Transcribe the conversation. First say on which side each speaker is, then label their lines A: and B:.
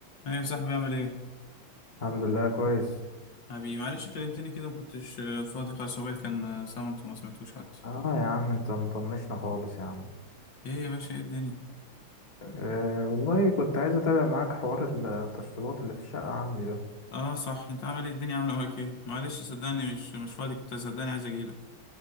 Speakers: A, on the left; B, on the left.
A: ايه يا صاحبي عامل ايه
B: الحمد لله كويس
A: حبيبي معلش كلمتني كده ما كنتش آه، فاضي خلاص موبايل كان آه، صامت وما سمعتوش حتى
B: اه يا عم انت مطنشنا خالص يا عم
A: ايه يا باشا ايه الدنيا
B: أه والله كنت عايز اتابع معاك حوار التشطيبات اللي في الشقة عندي ده
A: اه صح انت عامل ايه الدنيا عامله معاك ايه معلش صدقني مش مش فاضي كنت صدقني عايز اجيلك